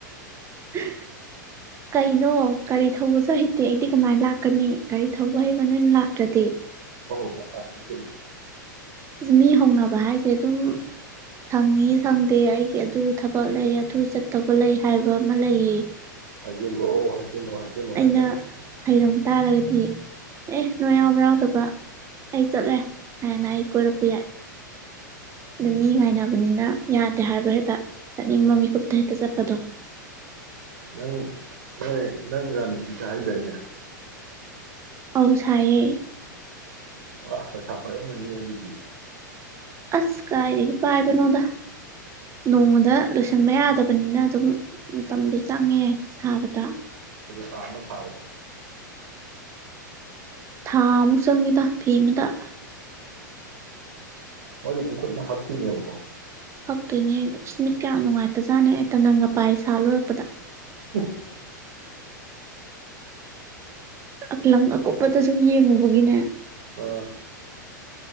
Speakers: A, on the right; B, on the right.
A: <unintelligible> ꯀꯩꯅꯣ ꯒꯥꯔꯤ ꯊꯧꯕꯁꯨ ꯍꯩꯇꯦ ꯑꯩꯗꯤ ꯀꯃꯥꯏꯅ ꯂꯥꯛꯀꯅꯤ ꯒꯥꯔꯤ ꯊꯧꯕ ꯍꯩꯕ ꯅꯣꯏꯅ ꯂꯥꯛꯇ꯭ꯔꯗꯤ
B: ꯗꯅꯣ
A: ꯃꯤ ꯍꯧꯅꯕ ꯍꯥꯏꯁꯦ ꯑꯗꯨꯝ ꯁꯪꯉꯤ ꯁꯪꯗꯦ ꯑꯩꯒꯤ ꯑꯗꯨ ꯊꯕꯛ ꯂꯩ ꯑꯗꯨ ꯆꯠꯇꯕ ꯂꯩ ꯍꯥꯏꯕ ꯑꯃ ꯂꯩꯌꯦ
B: ꯍꯥꯏꯖꯤ ꯂꯣ ꯍꯥꯏ ꯅꯨꯡꯉ ꯍꯥꯏꯖ ꯅꯨꯡꯉ
A: ꯑꯩꯅ
B: ꯍꯥꯏꯖ
A: ꯍꯩꯔꯝ ꯇꯥꯔꯒꯗꯤ ꯑꯦ ꯅꯣꯏ ꯌꯥꯎꯕ ꯌꯥꯎꯗꯕ ꯑꯩ ꯆꯠꯂꯦ ꯍꯥꯏꯅ ꯑꯩ ꯀꯣꯏꯔꯛꯄ ꯌꯥꯏ ꯑꯗ ꯃꯤ ꯉꯥꯏꯅꯕꯅꯤꯅ ꯌꯥꯗꯦ ꯍꯥꯏꯕ ꯍꯦꯛꯇ ꯆꯠꯅꯤꯡꯕ ꯃꯤꯀꯨꯞꯇ ꯍꯦꯛꯇ ꯆꯠꯄꯗꯣ
B: ꯅꯪ ꯅꯣꯏ ꯅꯪ ꯔꯥꯅꯤꯄꯤꯤꯤꯁꯦ ꯍꯥꯏꯗꯏꯅꯦ
A: ꯑꯧ ꯁꯥꯏꯌꯦ
B: ꯋꯥ ꯄꯩꯁꯥ ꯄꯥꯏꯔꯝꯃꯅꯤ ꯑꯗꯨꯗꯤ
A: ꯑꯁ ꯀꯥꯏꯗꯒꯤ ꯄꯥꯏꯕꯅꯣꯗ ꯅꯣꯡꯃꯗ ꯂꯣꯏꯁꯟꯕ ꯌꯥꯗꯕꯅꯤꯅ ꯑꯗꯨꯝ ꯃꯇꯝꯗꯣ ꯆꯪꯉꯦ ꯁꯥꯕꯗ
B: ꯐꯥꯃꯁ ꯍꯥꯏꯗ
A: ꯊꯥ ꯑꯃꯨꯛ ꯆꯪꯉꯤꯗ ꯐꯤ ꯑꯃꯗ <unintelligible>
B: ꯃꯣꯏꯁꯨ ꯑꯗꯨꯝ ꯈꯨꯠꯅ ꯍꯛꯇꯣꯏꯅꯦꯕꯀꯣ
A: ꯍꯛꯇꯣꯏꯅꯦ ꯏꯁꯃꯤꯠ ꯀꯌꯥ ꯅꯨꯡꯉꯥꯏꯇꯖꯥꯠꯅꯤ ꯑꯩ ꯇꯟꯗꯪꯒ ꯄꯥꯏ ꯁꯥ ꯂꯣꯏꯔꯛꯄꯗ
B: ꯍ
A: ꯑꯂꯪ ꯑꯀꯨꯞꯄꯗꯁꯨ ꯌꯦꯡꯉꯨꯕ ꯏꯗꯒꯤꯅꯦ
B: ꯑꯥ